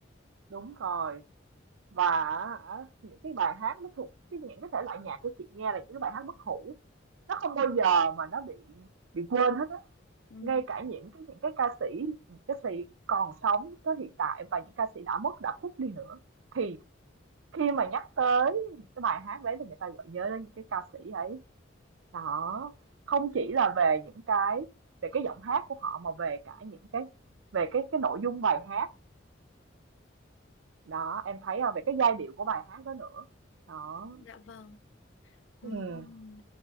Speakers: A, on the right (about 85°); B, on the left (about 80°).
A: đúng rồi. Và á, những cái bài hát nó thuộc cái những cái thể loại nhạc của chị nghe là những cái bài hát bất hủ. Nó không bao giờ mà nó bị bị quên hết á.
B: Ừm,
A: Ngay cả những cái những cái ca sĩ những ca sĩ còn sống tới hiện tại và những ca sĩ đã mất đã khuất đi nữa thì khi mà nhắc tới những cái bài hát đấy thì người ta gợi nhớ đến những cái ca sĩ ấy Đó, không chỉ là về những cái về cái giọng hát của họ mà về cả những cái về cái cái nội dung bài hát. Đó, em thấy không Về cái giai điệu của bài hát đó nữa. Đó.
B: Dạ vâng. Ừm.
A: Ừm.